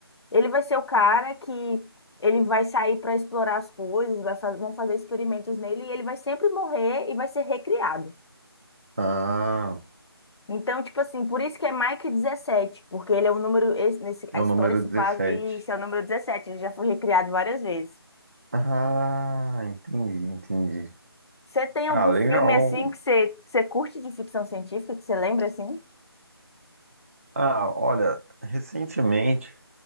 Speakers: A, on the left (about 85°); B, on the right (about 35°).
A: Ele vai ser o cara que ele vai sair para explorar as coisas, vai fa- vão fazer experimentos nele e ele vai sempre morrer e vai ser recriado.
B: Ah.
A: Então, tipo assim, por isso que é Mike dezessete, porque ele é o número, esse, nesse,
B: É
A: a
B: o
A: história
B: número
A: se
B: 17.
A: passa, e esse é o número 17, ele já foi recriado várias vezes.
B: Ah, entendi, entendi.
A: Você tem
B: Ah,
A: algum
B: legal.
A: filme assim que você, que você curte de ficção científica, que você lembra assim?
B: Ah, olha, recentemente,